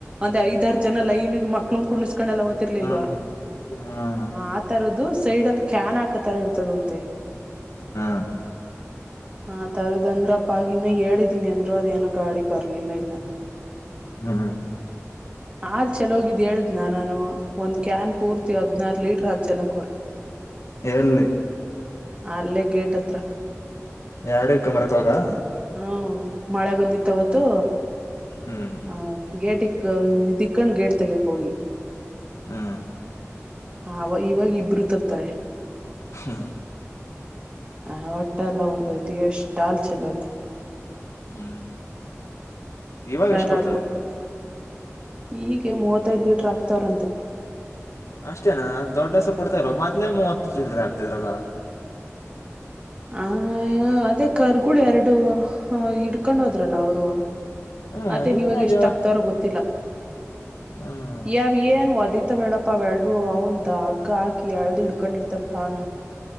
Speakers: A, on the right (about 25°); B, on the left (about 70°).
A: ಅದೇ ಐದಾರ್ ಜನ ಲೈನುಗೆ ಮಕ್ಳು ಕುಂಡ್ಸ್ ಕಂಡೆಲ್ಲ ಓತಿರ್ಲಿಲ್ವಾ
B: ಹ್ಮ್ ಹ್ಮ್
A: ಆತರದ್ದು ಸೈಡಲ್ಲಿ ಕ್ಯಾನ್ ಹಾಕತರ ಇರ್ತದಂತೆ.
B: ಹಾ
A: ಹಾ ತರದ್ ಅಂದ್ರಪ್ಪ ಇನ್ನು ಹೇಳಿದ್ದೀನಿ ಅಂದ್ರು ಅದೇನೋ ಗಾಡಿ ಬರ್ಲಿಲ್ಲ ಇನ್ನ.
B: ಹ್ಮ್
A: ಹಲ್ ಚೆಲೋಗಿದ್ದ್ ಹೇಳ್ದ್ನ ನಾನು? ಒಂದು ಕ್ಯಾನ್ ಪೂರ್ತಿ ಹದಿನಾರು ಲೀಟ್ರ್ ಹಾಲ್ಚೆಲ್ಲಾಕೋರೆ.
B: ಎಲ್ಲಿ
A: ಅಲ್ಲೇ ಗೇಟತ್ರ.
B: ಎರಡು ಇಕ್ಕಂಬರಕೋದಾ?
A: ಹ್ಮ ಮಳೆ ಬಂದಿತ್ತವತ್ತು
B: ಹ್ಮ್
A: ಆ ಗೇಟಿ ದಿಕ್ಕಂಡ್ ಗೇಟ್ ತೆಗೆಯಕ್ ಹೋಗಿ.
B: ಹಾ
A: ಅವ ಇವಾಗ ಇಬ್ರು ತತ್ತಾರೆ.
B: ಹಾ
A: ಆ ಹೊಟ್ಟೆ ಎಲ್ಲ ಉರ್ದೋಯ್ತು ಎಷ್ಟ್ ಹಾಲ್ ಚೆಲ್ಲೋಯ್ತು.
B: ಹ್ಮ್ ಇವಾಗ
A: ಫೈನಾಲ್
B: ಎಷ್ಟ್ ಕೊಡ್ತವೆ
A: ಕೊಟ್ಟ ಈಗೆ ಮೂವತ್ತೈದು ಲೀಟರ್ ಆಗ್ತವ್ರಂತಪ್ಪ.
B: ಅಷ್ಟೇನಾ ದೊಡ್ಡಸ ಕೊಡ್ತಾಯಿಲ್ವ ಮದ್ಲೇ ಮೂವತ್ತು ಚಿಲ್ರೆ ಹಾಕ್ತಿದ್ರಲ್ಲ.
A: ಹ ಹ ಅದೇ ಕರ್ಗಳು ಎರಡು ಇಡ್ಕೊಂಡ್ ಹೋದ್ರಲ್ಲ ಅವ್ರು.
B: ಹ್ಮ್
A: ಅದೇನೀವಾಗ
B: ಇನ್ನ
A: ಎಷ್ಟಾಗ್ತಾರೊ
B: ಜಾ
A: ಗೊತ್ತಿಲ್ಲ.
B: ಹ್ಮ್
A: ಏ ಅವನು ಏನು ಒದಿ ಮತ್ತವೇಳಪ್ಪ ಅವೆಲ್ಡು ಒಂದ್ ಹಗ್ಗ ಹಾಕಿ ಎಳ್ದು ಹಿಡ್ಕೊಂಡಿರ್ತನ್ ಕಾಲ್ನ.